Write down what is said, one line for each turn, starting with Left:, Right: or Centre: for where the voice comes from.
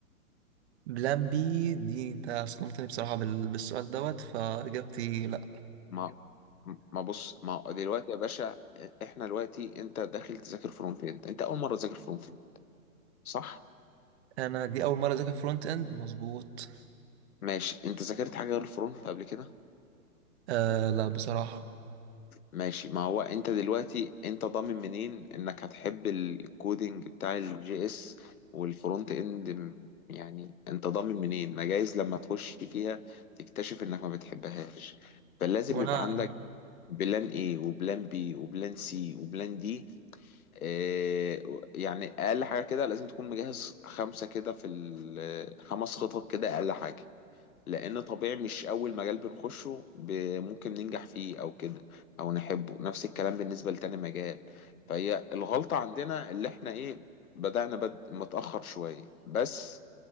Right: بلان بي دي انت صدمتني بصراحة بال- بالسؤال دوت فاجابتي لا
Left: ما ما بص ما هو دلوقتي يا باشا احنا دلوقتي انت داخل تذاكر فرونت اند انت اول مره تذاكر فرونت اند صح
Right: انا دي اول مرة اذاكر فرونت اند مظبوط
Left: ماشي انت ذاكرت حاجه غير الفرونت قبل كده
Right: آه لا بصراحة
Left: ماشي ما هو انت دلوقتي انت ضامن منين انك هتحب ال- الكودينج بتاع الجي اس والفرونت اند م- يعني انت ضامن منين ما جايز لما تخش فيها تكتشف انك ما بتحبهاش فلازم
Right: وانا
Left: يبقى عندك بلان ايه وبلان بي وبلان سي وبلان دي إيه، يعني اقل حاجه كده لازم تكون مجهز خمسه كده في ال- خمس خطط كده اقل حاجه لان طبيعي مش اول مجال بنخشه ب- ممكن ننجح فيه او كده او نحبه نفس الكلام بالنسبه لتاني مجال فهي الغلطه عندنا اللي احنا ايه بدأنا بد... متأخر شويه بس